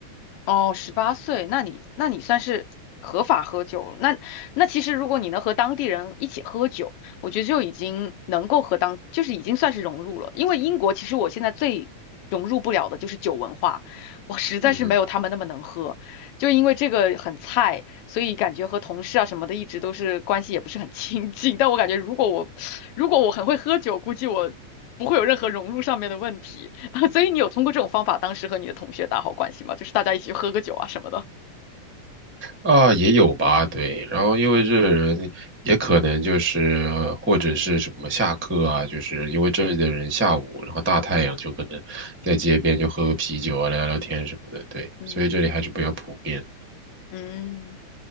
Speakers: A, on the left; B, on the right.
A: 哦，十八岁，那你那你算是合法喝酒了。那那其实如果你能和当地人一起喝酒，我觉得就已经能够和当，就是已经算是融入了。因为英国其实我现在最融入不了的就是酒文化，我实在是没有他们那么能喝，
B: 嗯。
A: 就因为这个很菜，所以感觉和同事啊什么的一直都是关系也不是很亲近。但我感觉如果我 <sucks teeth> 如果我很会喝酒，估计我不会有任何融入上面的问题。<laughs> 所以你有通过这种方法，当时和你的同学打好关系吗？就是大家一起去喝个酒啊什么的。
B: 啊，也有吧，对。然后因为这人也可能就是呃或者是什么下课啊，就是因为这里的人下午，然后大太阳就可能在街边就喝个啤酒啊，聊聊天什么的，对。
A: 嗯
B: 所以这里还是比较普遍。
A: 嗯，